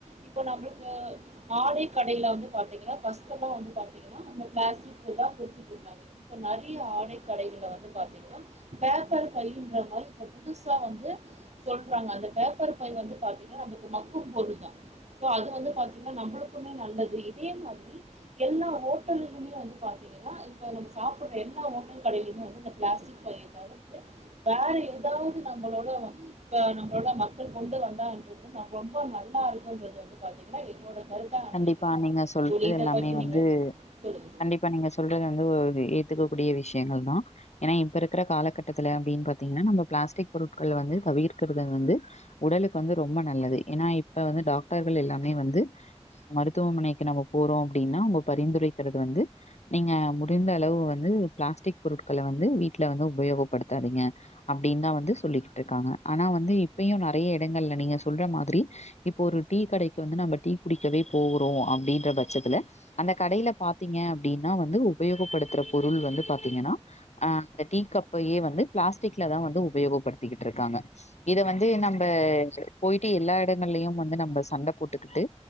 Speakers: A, on the right; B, on the left.
A: இப்ப நம்பளுக்கு ஆடை கடையில வந்து பாத்தீங்கனா கஷ்டமா வந்து பாத்தீங்கனா பிளாஸ்டிக் தா குடுத்துட்டு இருந்தாங்க இப்ப நெறைய ஆடை கடைகள வந்து பாத்தீங்கன்னா பேப்பர் பைன்ற மாரி புதுசா வந்து சொல்றாங்க அந்த பேப்பர் பை வந்து பாத்திங்கனா நம்பளுக்கு மக்கும் பொருள் தா சோ அது வந்து பாத்திங்கனா நம்புளுக்குமே நல்லது இதே மாரி எல்லா ஓட்டலுமே வந்து பாத்தீங்கன்னா இப்ப நம்ம சாப்பிட்ற எல்லா ஓட்டல் கடையிலுமே வந்து பிளாஸ்டிக் பையை தவிர்த்து வேற ஏதாவது நம்மளோட நம்மளோட மக்கள் கொண்டு வந்தான்றது ரொம்ப நல்லா இருக்குன்றது வந்து பாத்தீங்கனா என்னோட கருத்தா
B: கண்டிப்பா
A: நெனைக்கிறே நானு
B: நீங்க சொல்றது
A: தோழி இத
B: எல்லாமே
A: பத்தி
B: வந்து
A: நீங்க சொல்லுங்க
B: கண்டிப்பா நீங்க சொல்றது வந்து ஒரு ஏத்துக்க கூடிய விஷயங்கள் தா ஏனா இப்ப இருக்கிற காலகட்டத்துல அப்படின் பாத்தீங்கனா நம்ம பிளாஸ்டிக் பொருட்கள் வந்து தவிர்க்கறது வந்து உடலுக்கு வந்து ரொம்ப நல்லது ஏனா இப்ப வந்து டாக்டர்கள் எல்லாமே வந்து மருத்துவமனைக்கு நம்ம போறோ அப்படின்னா நம்ப பரிந்துரைக்கிறது வந்து நீங்க முடிந்த அளவு வந்து பிளாஸ்டிக் பொருட்கள வந்து வீட்டுல வந்து உபயோகப் படுத்தாதீங்க அப்படின் தா வந்து சொல்லிக்கிட்டு இருக்காங்க ஆனா வந்து இப்பயு நொறைய இடங்கள்ல நீங்க சொல்ற மாரி இப்ப ஒரு டீ கடைக்கு வந்து நம்ம டீ குடிக்கவே போறோ அப்படின்ற பட்சத்துல அந்த கடையில பாத்தீங்க அப்படின்னா வந்து உபயோகப்படுத்துற பொருள் வந்து பாத்தீங்கன்னா அ அந்த டீ கப்பையே வந்து பிளாஸ்டிக்ல தா வந்து உபயோகப் படுத்திக்கிட்டு இருக்காங்க இத வந்து நம்ப போயிட்டு எல்லா இடங்கள்லயு வந்து நம்ப சண்ட போட்டுக்கிட்டு